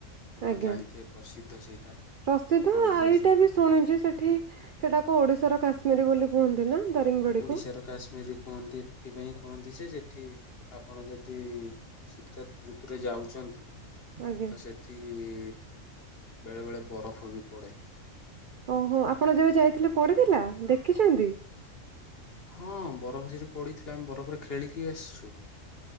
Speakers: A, on the left; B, on the right.
A: ଆପଣ
B: ଆଜ୍ଞା
A: ଜାଣିଥିବେ ପ୍ରସିଦ୍ଧ ସେଇଟା
B: ପ୍ରସିଦ୍ଧ
A: ହଳଦିଆ
B: ଆ ଏଇଟା
A: ଶାଳ
B: ବି ଶୁଣୁଛି ସେଠି ସେଟାକୁ ଓଡିଶାର କାଶ ମୀରି ବୋଲି କୁହନ୍ତି ନା। ଦାରିଙ୍ଗବାଡିକୁ
A: ଓଡିଶାର କାଶ୍ମୀର କୁହନ୍ତି, ଏଥିପାଇଁ କୁହନ୍ତି ଯେ ସେ ଏଠି ଆପଣ ଯଦି ଶୀତ ଋତୁରେ ଯାଉଚନ୍ତି,
B: ଆଜ୍ଞା
A: ତ ସେଠି-ଇ ବେଳେ ବେଳେ ବରଫ ବି ପଡେ।
B: ଓହୋ! ଆପଣ, ଯେବେ ଯାଇଥିଲେ ପଡିଥିଲା। ଦେଖିଛନ୍ତି।
A: ହଁ ବରଫ ସେଠି ପଡିଥିଲା। ଆମେ ବରଫରେ ଖେଳିକି ଆସିଛୁ।